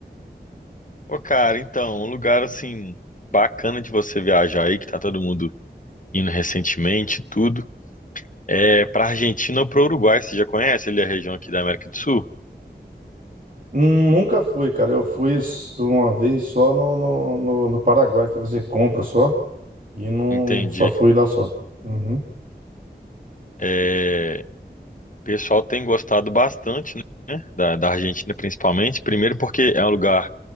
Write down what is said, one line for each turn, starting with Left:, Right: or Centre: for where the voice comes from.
Left: Ô, cara, então, um lugar assim bacana de você viajar aí, que tá todo mundo indo recentemente, e tudo. É pra Argentina ou pro Uruguai, você já conhece ali a região aqui da América do Sul?
Right: Hum, Nunca fui, cara. Eu fui s- uma vez só no, no, no, no Paraguai, fui fazer compra só e não
Left: Entendi.
Right: só fui lá só. Uhum,
Left: É, o pessoal tem gostado bastante, né? Da, da Argentina principalmente. Primeiro porque é um lugar